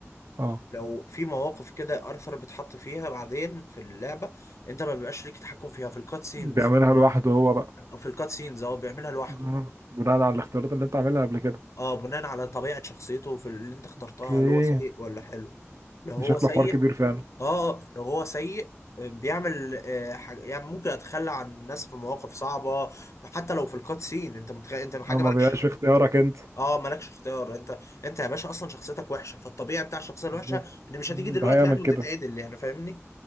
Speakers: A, on the right; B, on the left.
A: اه
B: لو في مواقف كده ارثر بيتحط فيها بعدين في اللعبة انت ما بيبقاش ليك تحكم فيها في الكات سينز
A: بيعملها لوحده هو بقى
B: في الكات سينز هو بيعملها لوحده
A: آه. بناء على الاختيارات اللي انت عاملها قبل كده
B: اه بناء على طبيعة شخصيته في اللي انت اخترتها
A: اوكي
B: هل هو سيء ولا حلو لو
A: ده
B: هو
A: شكله
B: سيء
A: حوار كبير فعلا
B: اه آه، لو هو سيء آه، بيعمل آه، حاجة يعني ممكن اتخلى عن الناس في مواقف صعبة حتى لو في الكات سين انت متخ... انت حاجة
A: هو ما
B: مالكش
A: بيبقاش في اختيارك انت
B: اه مالكش اختيار انت انت يا باشا اصلا شخصيتك وحشة فالطبيعي بتاع الشخصية الوحشة
A: بالظبط
B: ان مش هتيجي دلوقتي
A: ده هيعمل
B: يعني وتتعدل
A: كده
B: يعني فاهمني